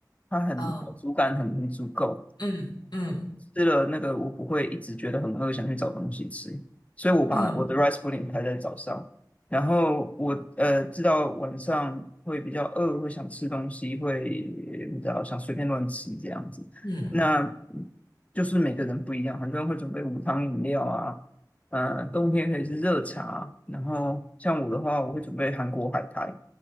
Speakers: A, on the left (about 20°); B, on the left (about 75°).
A: 它很饱足感很很足够，
B: 哦，嗯嗯
A: 吃了那个我不会一直觉得很饿，想去找东西吃，所以我把我的
B: 嗯嗯。
A: rice pudding 排在早上，然后我呃知道晚上会比较饿，会想吃东西，会你知道想随便乱吃这样子。
B: 嗯
A: 那就是每个人不一样，很多人会准备无糖饮料啊，呃，冬天可以是热茶，然后像我的话，我会准备韩国海苔，